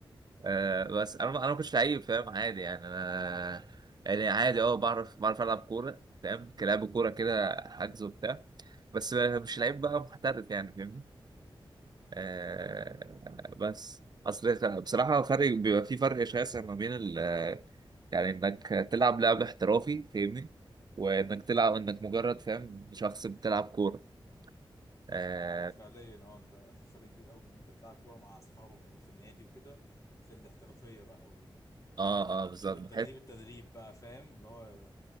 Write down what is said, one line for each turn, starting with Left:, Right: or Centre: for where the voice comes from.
Right: آه، بس انا انا ما كنتش لعيب فاهم عادي يعني انا يعني عادي اه بعرف بعرف العب كوره فاهم كلاعب كوره كده حجز وبتاع بس مش لعيب بقى محترف يعني فاهمني آه، بس اصل بصراحه فرق بيبقى في فرق شاسع ما بين ال يعني انك تلعب لعب احترافي فاهمني وانك تلعب انك مجرد فاهم شخص بتلعب كوره اه
Left: هو فعليا اه انت في فرق كبير قوي بين ان انت بتلعب كورة مع اصحابك ولا في النادي وكده في الاحترافية بقى
Right: اه آه، بالظبط
Left: والتدريب التدريب بقى فاهم اللي هو